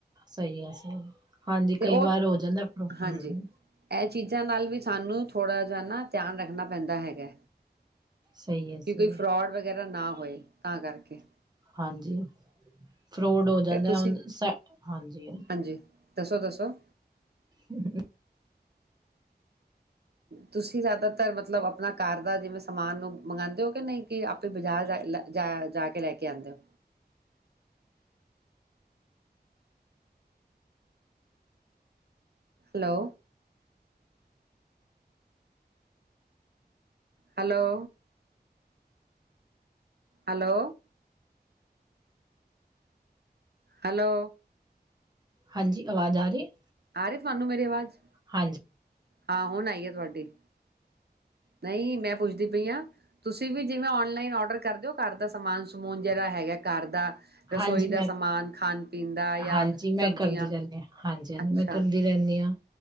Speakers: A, on the right; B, on the right.
A: ਸਹੀ ਆ ਸਹੀ ਹਾਂਜੀ
B: ਤੇ
A: ਕਈ
B: ਉਹ
A: ਵਾਰ ਹੋ ਜਾਂਦਾ ਹਮ
B: ਹਾਂਜੀ ਇਹ ਚੀਜ਼ਾਂ ਨਾਲ ਵੀ ਸਾਨੂੰ ਥੋੜ੍ਹਾ ਜਿਹਾ ਨਾ ਧਿਆਨ ਰੱਖਣਾ ਪੈਂਦਾ ਹੈਗਾ
A: ਸਹੀ ਹੈ
B: ਕਿ
A: ਸਹੀ
B: ਕੋਈ
A: ਹੈ
B: ਫਰੋਡ ਵਗੈਰਾ ਨਾ ਹੋਏ ਤਾਂ ਕਰਕੇ
A: ਹਾਂਜੀ ਫਰੋਡ ਹੋ ਜਾਂਦਾ
B: ਤੇ ਤੁਸੀਂ
A: ਹਾਂਜੀ
B: ਹਾਂਜੀ ਦੱਸੋ ਦੱਸੋ
A: ਹ
B: ਤੁਸੀਂ ਜ਼ਿਆਦਾਤਰ ਮਤਲਬ ਆਪਣਾ ਘਰ ਦਾ ਜਿਵੇਂ ਸਮਾਨ ਨੂੰ ਮੰਗਵਾਉਂਦੇ ਹੋ ਕਿ ਨਹੀਂ ਕਿ ਆਪੇ ਬਾਜ਼ਾਰ ਜਾ ਜਾ ਕੇ ਲੈ ਕੇ ਆਉਂਦੇ ਹੋ ਹੈਲੋ ਹੈਲੋ ਹੈਲੋ ਹੈਲੋ
A: ਹਾਂਜੀ ਆਵਾਜ਼ ਆ ਰਹੀ ਹੈ
B: ਆਾਰੇ ਤੁਹਾਨੂੰ ਮੇਰੀ ਆਵਾਜ਼
A: ਹਾਂਜੀ
B: ਹਾਂ ਹੁਣ ਆਈ ਆ ਤੁਹਾਡੀ ਨਹੀਂ ਮੈਂ ਪੁੱਛਦੀ ਪਈ ਹਾਂ ਤੁਸੀਂ ਵੀ ਜਿਵੇਂ ਓਨਲਾਈਨ ਔਡਰ ਕਰਦੇਓ ਘਰ ਦਾ ਸਮਾਨ ਸਮੂਨ ਜਿਹੜਾ ਹੈਗਾ ਘਰ ਦਾ ਰਸੋਈ
A: ਹਾਂਜੀ
B: ਦਾ
A: ਮੈਂ
B: ਸਮਾਨ ਖਾਣ ਪੀਣ ਦਾ ਜਾਂ
A: ਹਾਂਜੀ ਮੈਂ
B: ਸਬਜ਼ੀਆਂ
A: ਕਰਦੀ ਰਹਿੰਦੀ ਹਾਂ ਹਾਂਜੀ ਹਾਂਜੀ
B: ਅੱਛਾ
A: ਮੈਂ ਕਰਦੀ ਰਹਿੰਦੀ ਹਾਂ